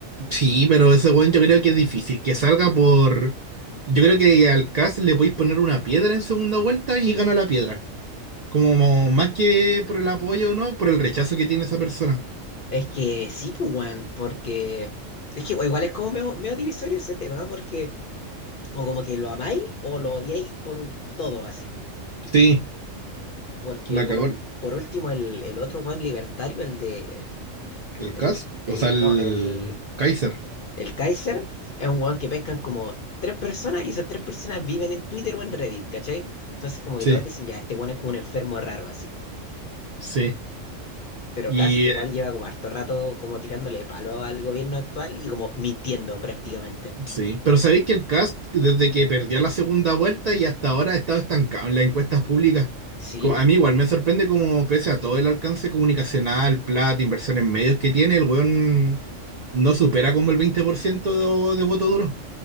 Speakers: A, on the right; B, on the left.
A: Sí, pero ese weón yo creo que es difícil que salga por. Yo creo que al Cast le podéis poner una piedra en segunda vuelta y gana la piedra. Como más que por el apoyo, ¿no? Por el rechazo que tiene esa persona.
B: Es que sí, pues weón, porque. Es que igual es como medio, medio divisorio ese tema, ¿ah? porque o como que lo amáis o lo odiáis por todo así.
A: Sí,
B: Porque
A: la
B: por,
A: cagó
B: por último, el, el otro weón libertario, el de. El
A: el
B: de.
A: Cast,
B: ¿cómo se-
A: o
B: El,
A: sea, el
B: no, el.
A: Kaiser.
B: El Kaiser es un weón que pescan como tres personas y esas tres personas viven en Twitter o en Reddit, ¿cachai? Entonces como que
A: Sí,
B: todos dicen, ya, este weón es como un enfermo raro así.
A: sí.
B: Pero
A: Y
B: Kast igual lleva como harto rato como tirándole palo al gobierno actual y como mintiendo prácticamente.
A: Sí, pero sabéis que el cast, desde que perdió la segunda vuelta y hasta ahora ha estado estancado en las encuestas públicas.
B: Sí,
A: Como- a mí igual me sorprende como, pese a todo el alcance comunicacional, plata, inversión en medios que tiene, el weón no supera como el 20% de, de voto duro.